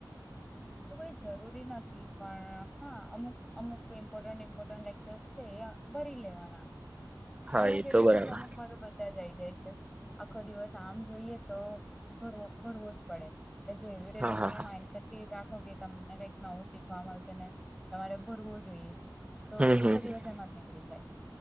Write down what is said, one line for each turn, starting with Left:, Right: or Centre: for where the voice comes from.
Centre: એવુ કઈ જરૂરી નથી પણ હા અમુક અમુક ઇમ્પોર્ટન્ટ ઇમ્પોર્ટન્ટ લેક્ચર્ છે ભરી લેવાના.
Right: હા
Centre: અમુક
Right: એ
Centre: એટલે
Right: તો
Centre: પછી
Right: બરાબર
Centre: અમુક મા તો બધા જ જઈ જાય છે. આખો દિવસ આમ જોઈએ તો ભરવો ભરવો જ પડે. જો એવી રીતે
Right: હા હા
Centre: તમે
Right: હા
Centre: માઇન્ડસેટ થી રા ખો કે તમને કઈક નવું શીખવા મળશે ને તમારે ભરવો જોઈએ. તો
Right: હમ
Centre: આખો
Right: હમ હમ
Centre: દિવસ એમાં જ નીકળી જાય.